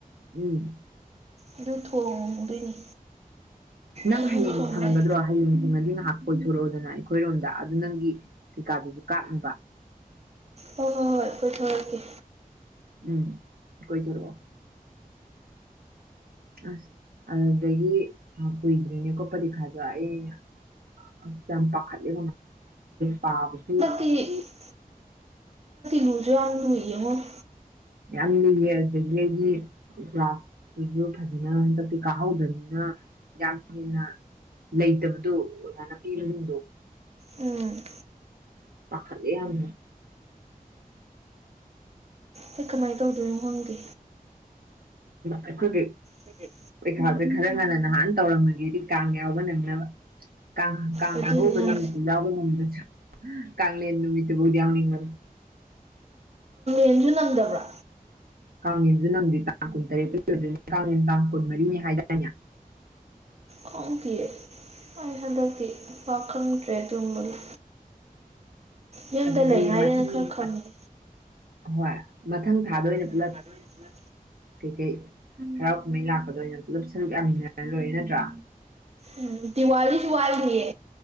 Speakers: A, on the right; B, on the right.
A: ꯎꯝ
B: ꯑꯗꯨ ꯊꯣꯡꯗꯣꯏꯅꯤ
A: ꯅꯪ
B: ꯊꯩꯕꯣꯡ
A: ꯍꯌꯦꯡ
B: ꯊꯣꯡꯕꯩ
A: ꯁꯪꯒꯗ꯭ꯔꯣ ꯍꯌꯦꯡ ꯑꯒꯤ ꯉꯥꯏꯍꯥꯛ ꯀꯣꯏꯊꯣꯔꯛꯑꯣꯗꯅ ꯑꯩꯈꯣꯏꯔꯣꯝꯗ ꯑꯗꯨ ꯅꯪꯒꯤ ꯀꯩꯀꯥꯗꯨꯁꯨ ꯀꯥꯞꯂꯤꯕ
B: ꯍꯣꯏ ꯍꯣꯏ ꯍꯣꯏ ꯑꯩꯣꯏ ꯊꯔꯛꯀꯦ
A: ꯎꯝ ꯀꯊꯔꯣ ꯑꯁ ꯑꯗꯨꯗꯒꯤ ꯀꯨꯏꯗ꯭ꯔꯤꯅꯦꯀꯣ ꯄꯔꯤꯈꯥꯗ ꯑꯩꯅ ꯑꯁ ꯌꯥꯝ ꯄꯥꯈꯠꯂꯦ ꯄꯥꯕꯁꯨ
B: ꯑ ꯂꯨꯖ ꯂꯨꯏꯌꯦꯃꯣ
A: ꯌꯥꯝꯁꯒꯤ ꯀ꯭ꯂꯥꯁ ꯑꯗꯨꯁꯨ ꯐꯖꯅ ꯍꯟꯗꯛꯇꯤ ꯀꯥꯍꯧꯗ꯭ꯔꯕꯅꯤꯅ ꯌꯥꯝ ꯍꯦꯟꯅ ꯂꯩꯇꯕꯗꯣ ꯑꯣꯖꯥꯅ ꯄꯤꯔꯁꯤꯡꯗꯣ
B: ꯎꯝ
A: ꯃꯈꯈꯜꯂꯤ
B: ꯑꯩ ꯀꯃꯥꯏꯅ ꯇꯧꯗꯣꯏꯅꯣ ꯈꯪꯗꯦ
A: ꯍꯈꯒ
B: ꯊꯦ
A: ꯄꯩꯈꯥꯥꯁꯦ ꯈꯔ ꯉꯟꯅ ꯅꯍꯥꯟ ꯇꯧꯔꯝꯃꯒꯦꯗꯤ ꯀꯥꯡ ꯌꯥꯎꯕ ꯅꯪꯅꯕ ꯀꯥꯡ ꯀꯥꯡ
B: ꯑꯗꯨꯅꯦ
A: ꯑꯍꯧꯕ ꯅꯨꯃꯤꯠꯇꯨ ꯌꯥꯎꯕ ꯅꯨꯃꯤꯠꯇꯁꯨ ꯀꯥꯡꯂꯤꯌꯥ ꯌꯦꯅꯃꯤꯠꯇꯕꯨꯗꯤꯅꯤꯅ
B: ꯀꯦꯟꯁꯨ ꯅꯪꯗꯕ꯭ꯔꯥ
A: ꯀꯥꯡꯉꯦꯟꯁꯨ ꯅꯪꯗꯤ ꯇꯥꯡ ꯀꯨꯟ ꯇꯔꯦꯠꯇ ꯑꯣꯏꯗꯣꯏꯅꯦ ꯀꯥꯡꯉꯦꯟ ꯇꯥꯡ ꯀꯨꯟ ꯃꯔꯤꯅꯤ ꯍꯥꯏꯇꯥꯔꯅꯦ
B: ꯑꯥꯎ ꯀ ꯑ ꯍꯗꯗꯤ ꯄ ꯈꯪꯗ꯭ꯔꯦ ꯑꯗꯨꯒꯨꯝꯕꯒꯤ ꯌꯨꯝꯗ
A: ꯑꯗꯨꯗꯤ
B: ꯂꯩꯉꯥꯏꯗꯅ
A: ꯃꯊꯪ
B: ꯈꯔ ꯈꯪꯉꯦ
A: ꯍꯣꯏ ꯃꯊꯪ ꯊꯥꯗ ꯑꯣꯏꯅ ꯄꯨꯂꯞ
B: ꯊꯗ ꯆ
A: ꯀꯩꯀꯩ ꯍꯔꯥꯎ ꯀꯨꯝꯍꯩ ꯂꯥꯛꯄꯗ ꯑꯣꯏꯅ ꯄꯨꯂꯞ ꯁꯔꯨꯛ ꯌꯥꯃꯤꯟꯅꯔ ꯂꯣꯏꯔꯦ ꯅꯠꯇ꯭ꯔꯥ
B: ꯎꯝ ꯗꯤꯋꯥꯂꯤꯁꯨ ꯋꯥꯜꯅꯤꯌꯦ